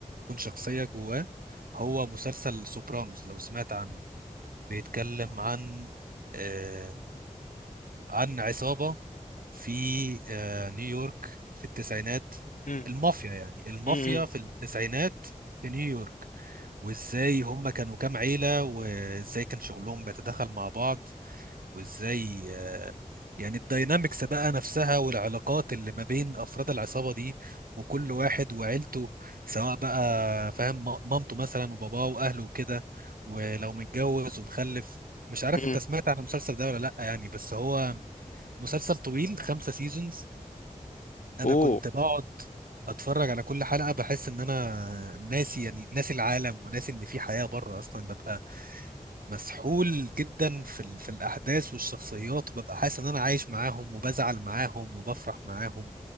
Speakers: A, on the right (about 80°); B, on the left (about 60°).
A: اكون شخصية جواه هو مسلسل سوبرانوس لو سمعت عنه بيتكلم عن آه، عن عصابة في آه، نيويورك في التسعينات
B: مم.
A: المافيا يعني المافيا
B: مم.
A: في التسعينات في نيويورك وازاي هم كانوا كام عيلة وازاي كان شغلهم بيتداخل مع بعض وازاي آه، يعني الداينامكس بقى نفسها والعلاقات اللي ما بين افراد العصابه دي وكل واحد وعيلته سواء بقى فاهم م- مامته مثلا وباباه واهله وكده ولو متجوز ومخلف مش عارف
B: مم.
A: انت سمعت عن المسلسل ده ولا لا يعني بس هو مسلسل طويل خمسة سيزونز انا
B: اوه
A: كنت بقعد اتفرج على كل حلقه بحس ان انا ناسي يعني ناسي العالم وناسي ان في حياه بره اصلا ببقى مسحول جدا في ال... في الاحداث والشخصيات وببقى حاسس ان انا عايش معاهم وبزعل معاهم وبفرح معاهم